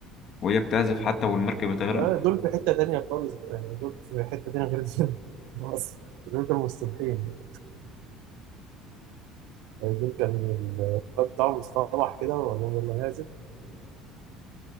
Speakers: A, on the left (about 35°); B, on the right (about 70°).
A: وهي بتعزف حتى والمركب بتغرق
B: آه دول في حته تانيه خالص يعني دول في حته تانيه غير الفيلم <laughs> اصلا دول كانوا مستبحين آه، دول كان الواد بتاعهم مستوحش كده وقال لهم يلا نعزف